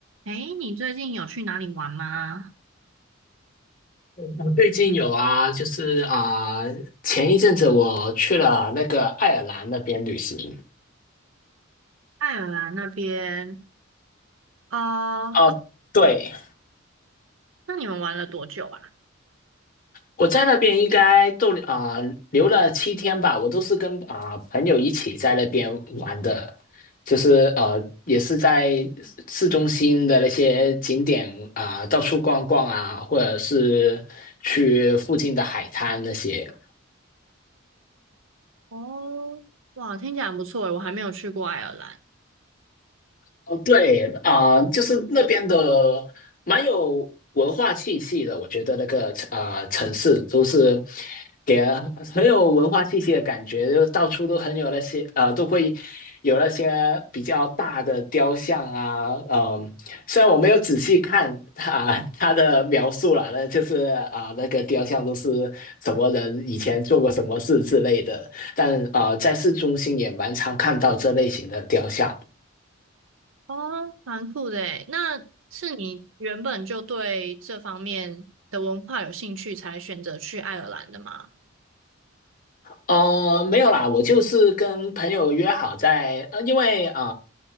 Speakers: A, on the right; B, on the left.
A: 哎，你最近有去哪里玩吗？
B: 我最近有啊，就是啊、前一阵子我去了那个爱尔兰那边旅行
A: 爱尔兰那边，啊？
B: 啊、
A: 哦
B: 对，
A: 那你们玩了多久啊？
B: 我在那边应该逗留啊、留了七天吧，我都是跟啊、朋友一起在那边玩的，就是呃也是在市中心的那些景点啊、到处逛逛啊，或者是去附近的海滩那些。
A: 哦，哇，听起来很不错诶，我还没有去过爱尔兰。
B: 哦，对啊、呃就是那边的蛮有文化气息的，我觉得那个呃城市都是给人很有文化气息的感觉，就到处都很有那些呃，都会有那些比较大的雕像啊，嗯、虽然我没有仔细看啊、他的描述啦，那就是啊、那个雕像都是什么人以前做过什么事之类的，但啊、呃在市中心也蛮常看到这类型的雕像。
A: 哦，蛮酷的诶，那是你原本就对这方面的文化有兴趣，才选择去爱尔兰的吗？
B: 哦，没有啦，我就是跟朋友约好在，呃，因为啊